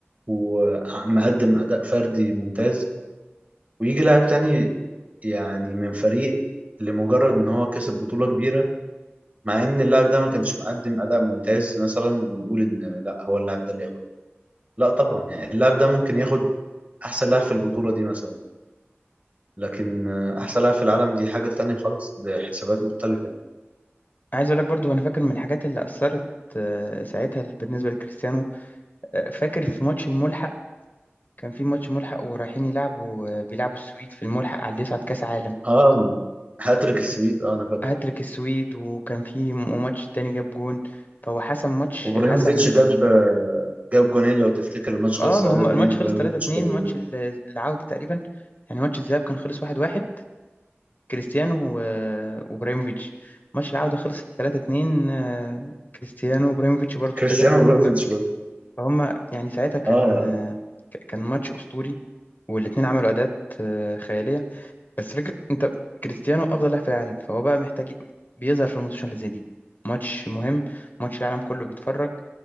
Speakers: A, on the right (about 35°); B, on the left (about 45°).
A: ومقدم اداء فردي ممتاز ويجي لاعب تاني يعني من فريق لمجرد ان هو كسب بطولة كبيرة مع ان اللاعب ده ما كانش مقدم اداء ممتاز مثلا ونقول ان لا هو اللاعب ده اللي ياخد لا طبعا يعني اللاعب ده ممكن ياخد احسن لاعب في البطولة دي مثلا لكن آه، احسن لاعب في العالم دي حاجة تانية خالص بحسابات مختلفة يعني
B: عايز اقول لك برضه انا فاكر من الحاجات اللي اثرت آه، ساعتها بالنسبه لكريستيانو آه، فاكر في ماتش الملحق كان في ماتش ملحق ورايحين يلعبوا آه، بيلعبوا السويد في الملحق على اللي يصعد كاس عالم
A: اه هاتريك السويد اه انا فاكره
B: هاتريك السويد وكان في م- ماتش تاني جاب جون فهو حسم ماتش
A: وابراهيموفيتش
B: حسم ال...
A: جاب آه، جاب جونين لو تفتكر الماتش
B: اه
A: خلص
B: ما
A: 3-2
B: هم الماتش
A: ابراهيموفيتش
B: خلص 3-2
A: جاب
B: ماتش
A: جونين
B: ال- العودة تقريبا يعني ماتش الذهاب كان خلص 1-1 كريستيانو و- وابراهيموفيتش ماتش العودة خلص 3-2 آه، كريستيانو وابراهيموفيتش برضو
A: كريستيانو
B: ده جاب 3
A: ابراهيموفيتش
B: جون
A: برضه
B: فهم يعني ساعتها كان
A: اه
B: آه، ك- كان ماتش أسطوري والاتنين عملوا أداءات آه، خيالية بس فكرة انت كريستيانو افضل لاعب في العالم فهو بقى محتاج ي- بيظهر في الماتشات اللي زي دي ماتش مهم ماتش العالم كله بيتفرج